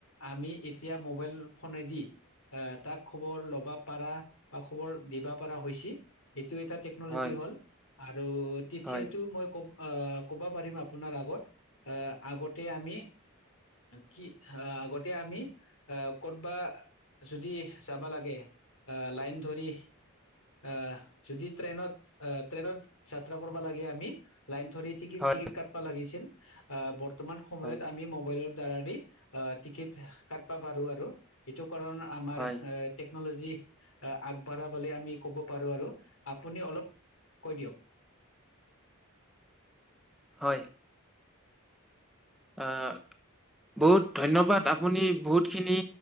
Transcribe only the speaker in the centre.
হয়
হয়
হয়
হয়
হয়
হয়। আহ
বহুত ধন্যবাদ আপুনি বহুতখিনি